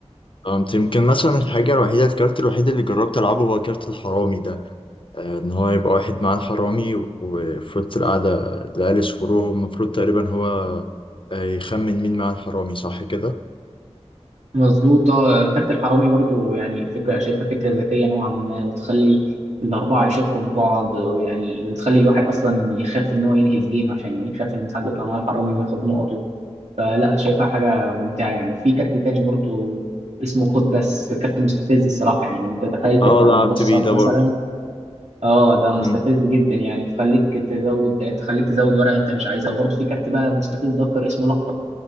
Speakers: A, on the left; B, on the right.
A: فهمت. يمكن مثلا الحاجه الوحيده الكارت الوحيد اللي جربت العبه هو كارت الحرامي ده آه، ان هو يبقى واحد معاه الحرامي وفي وسط القعده العيال يسكروه المفروض تقريبا هو آه، يخمن مين معاه الحرامي صح كده
B: مظبوطة كارت الحرامي برضو يعني فكرة شايفها فكرة ذكية نوعا ما وتخلي الأربعة يشكوا في بعض يعني وتخلي الواحد أصلا يخاف إن هو ينهي الجيم عشان يخاف إن حد يطلع معاه الحرامي وياخد نقطه فلا شايفها حاجة ممتعة يعني وفي كارت تاني برضو اسمه خد بس كارت مستفز الصراحة يعني أنت تخيل
A: اه
B: تبقى
A: لعبت
B: مبصر
A: بيه ده برضه
B: مثلا اه ده مستفز
A: مم.
B: جدا يعني تخليك تزود تخليك تزود ورقه انت مش عايزها وبرضه في كارت بقى مستفز اكتر اسمه لخبط